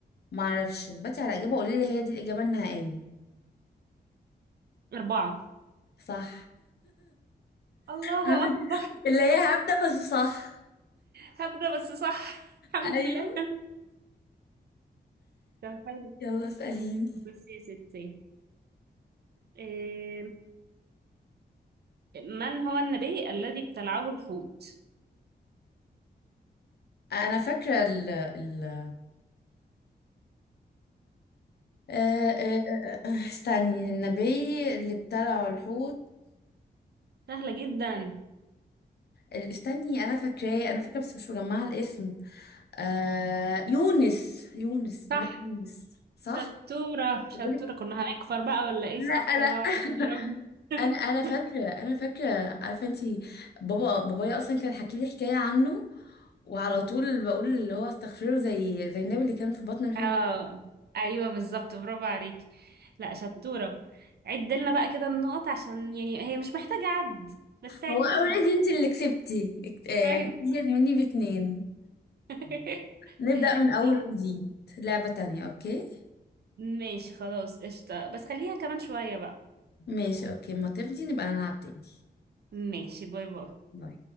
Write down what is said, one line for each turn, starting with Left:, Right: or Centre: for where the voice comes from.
Left: معرفش اثبتي على إجابة قولي لي هي دي الإجابة النهائية
Right: أربعة
Left: صح
Right: الله
Left: <laughs>
Right: أكبر
Left: اللي هي هبدة بس صح
Right: هبدأ بس صح <laughs> الحمد
Left: ايوه
Right: لله طب حلو
Left: يلا اسأليني
Right: بس يا ستي آه، من هو النبي الذي ابتلعه الحوت؟
Left: آه، انا فاكره ال ال آه، آه، آه، آه، استني النبي اللي ابتلعه الحوت
Right: سهلة جدا
Left: ال- استني انا فاكراه انا فاكره بس مش مجمعه الاسم آه يونس يونس
Right: صح
Left: نبي يونس صح
Right: شطورة شطورة
Left: بقولك
Right: كنا هنكفر بقى ولا ايه
Left: لا
Right: استغفر
Left: لا
Right: الله العظيم
Left: <laughs>
Right: يا رب
Left: انا انا فاكره
Right: <laughs>
Left: انا فاكره عارفه انتي بابا بابايا اصلا كان حكي لي حكايه عنه وعلى طول بقول اللي هو استغفره زي زي النبي اللي كان في بطن الحوت
Right: اه ايوه بالظبط برافو عليكي لا شطورة عد لنا بقى كده النقط عشان يعني هي مش محتاجة عد بس عديها
Left: هو اوريدي
Right: برضه
Left: انتي اللي كسبتي اكت- آه، يعني
Right: ايوه
Left: ازيد مني باتنين
Right: <laughs>
Left: نبدأ من
Right: لا
Left: أول وجديد لعبة تانية أوكي
Right: ماشي خلاص قشطة بس خليها كمان شوية بقى
Left: ماشي أوكي ما تفضي نبقى نلعب تاني
Right: ماشي باي باي
Left: باي